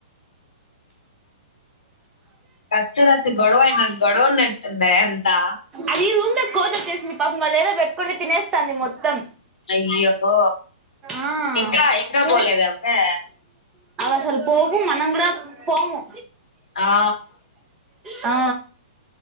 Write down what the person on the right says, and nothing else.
అది రూమ్ కోతురు చేసి మీ పాప మా లేదా పెట్ తినేస్తాంది మొత్తం
అవి
అసలు పోవ మనం కూడా కూడా పొము
ఆ